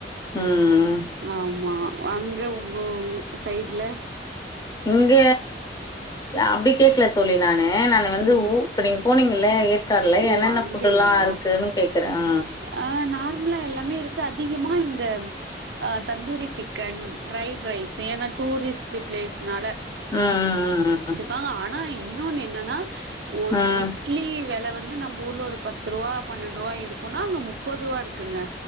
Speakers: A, on the left; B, on the right.
A: ம்
B: ஆமா அங்க உங்க ஊ சைடுல
A: இங்க அப்டி கேக்கல தோழி நானு ஆ நானு வந்து
B: ம்
A: ஊ இப்ப நீங்க போனீங்க இல்ல ஏற்காடுல
B: ஓ
A: என்னன்னா
B: அங்கயா
A: ஃபுட்டுலா இருக்குன் கேக்கற ஆ
B: ஆ நார்மலா எல்லாமே இருக்கு அதிகமா இந்த ஆ தந்தூரி சிக்கன் ஃப்ரைட் ரைஸ் ஏனா டூரிஸ்ட்டு ப்ளேஸ்னால
A: ஆ ஆ ஆ ஆ
B: பாங்க ஆனா இன்னொன்னு என்னன்னா ஒரு
A: ம்
B: இட்
A: ம்
B: இட்லி வெல வந்து நம்ப ஊர்ல ஒரு பத்து ரூபா பன்னண்டு ரூபா இருக்குன்னா இங்க முப்பது ரூபா இருக்குங்க